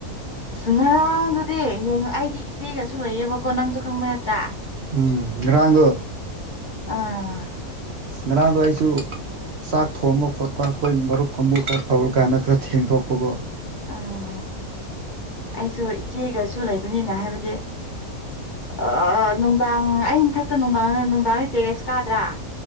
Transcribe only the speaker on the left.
ꯑꯁ ꯉꯔꯥꯡꯗꯨꯗꯤ ꯌꯩ ꯑꯩꯗꯤ ꯏꯆꯦꯒꯁꯨ ꯂꯩꯌꯦꯕꯀꯣ ꯅꯪꯁꯨ ꯈꯪꯕ ꯅꯠꯇ꯭ꯔꯥ
ꯑꯥ
ꯑꯥ ꯑꯩꯁꯨ ꯏꯆꯦꯒꯁꯨ ꯂꯩꯕꯅꯤꯅ ꯍꯥꯏꯕꯗꯤ ꯑꯥ ꯅꯨꯡꯗꯥꯡ ꯑꯩ ꯃꯊꯛꯇ ꯅꯨꯡꯗꯥꯡ ꯅꯨꯡꯗꯥꯡ ꯇꯦꯔꯦꯁ ꯀꯥꯗ꯭ꯔꯥ